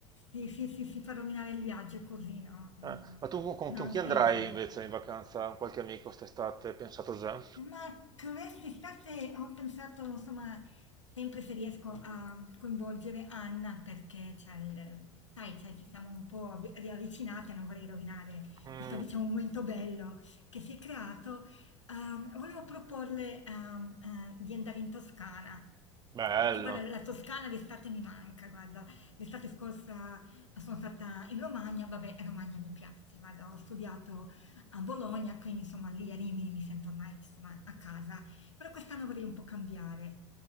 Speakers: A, on the left; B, on the right.
A: sì, sì, sì, si fa rovinare il viaggio così, no, non,
B: Eh,
A: non-
B: ma tu con,
A: non
B: con chi
A: ha senso.
B: andrai invece in vacanza? Con qualche amico quest'estate? Pensato già?
A: Ma quest'estate ho pensato, insomma, sempre se riesco a coinvolgere Anna, perché c'è il, sai, cioè, ci siamo un po' avvi- riavvicinate, non vorrei rovinare
B: Mm,
A: questo, diciamo, momento bello che si è creato. Ehm, volevo proporle, ehm, eh, di andare in Toscana.
B: bello,
A: Perché guarda, la Toscana d'estate mi manca, guarda, l'estate scorsa sono stata in Romagna, vabbè, Romagna mi piace, guarda, ho studiato a Bologna, quindi insomma lì a Rimini mi sento ormai insomma, a casa, però quest'anno vorrei un po' cambiare.